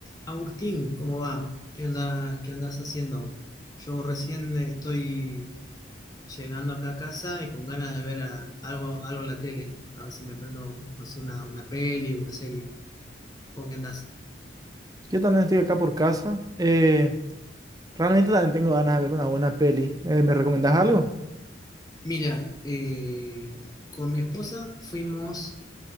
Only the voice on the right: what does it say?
Yo también estoy acá por casa. Eh, realmente también tengo ganas de ver una buena peli. Eh, ¿me recomendás algo?